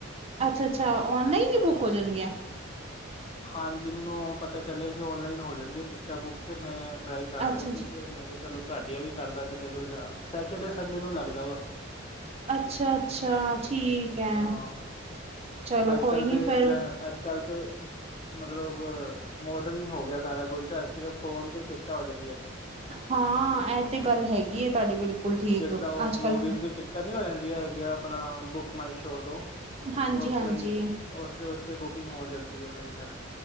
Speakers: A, on the right; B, on the left.
A: ਅੱਛਾ- ਅੱਛ। ਔਨਲਾਈਨ ਹੀ ਬੁੱਕ ਹੋ ਜਾਣਗੀਆਂ।
B: ਹਾਂਜੀ। ਮੈਨੂੰ ਪਤਾ ਚੱਲਿਆ ਹੀ ਔਨਲਾਈਨ ਹੋ ਜਾਂਦੀ ਟਿਕਟਾਂ ਬੁੱਕ, ਤੇ ਮੈਂ ਟਰਾਈ ਕਰ
A: ਅੱਛਾ-ਅੱਛਾ,
B: ਰਹਾ ਸੀ, ਤੇ ਮੈਂ ਕਿਹਾ ਚਲੋ ਤੁਹਾਡੀਆਂ ਵੀ ਕਰਦਾਂਗਾ। ਜਦੋਂ ਜਾਂ ਤੇ ਸੰਡੇ ਨੂੰ ਲੱਗਦਾ ਵਾ।
A: ਅੱਛਾ- ਅੱਛਾ ਠੀਕ ਹੈ।
B: ਹਾਂ,
A: ਚਲੋ
B: ਅੱਜ
A: ਕੋਈ
B: ਕੱਲ
A: ਨੀ
B: ਤੇ
A: ਫਿਰ
B: ਟਰੈ ਅੱਜ ਕੱਲ ਤੇ ਮਤਲਬ ਮੋੜ। ਫ੍ਰੀ ਹੋ ਗਿਆ ਸਾਰਾ ਕੁਛ, ਅੱਜ ਤੇ ਫੋਨ ਤੇ ਹੀ ਟਿਕਟਾਂ ਹੋ ਜਾਂਦੀਆਂ ਨੇ।
A: ਹਾਂ, ਇਹ ਤੇ ਗੱਲ ਹੈਗੀ ਤੁਹਾਡੇ ਬਿਲਕੁਲ। ਠੀਕ
B: ਜਿਸ ਤਰ੍ਹਾਂ ਉਹ
A: ਅੱਜ ਕੱਲ
B: ਮੂਵੀਜ਼ ਦੀ ਟਿਕਟਾਂ ਨੀ ਹੋ ਜਾਂਦੀਆਂ ਹੈਗੀਆਂ, ਆਪਣਾ ਬੁੱਕ ਮਾਈ ਸ਼ੋਅ ਤੋਂ।
A: ਹਾਂਜੀ-ਹਾਂਜੀ,
B: ਉਸ ਤਰ੍ਹਾਂ ਹੀ ਉਸਦੇ ਉੱਤੇ ਬੁਕਿੰਗ ਹੋ ਜਾਂਦੀ ਹੈ, ਮੇਰੇ ਖਿਆਲ।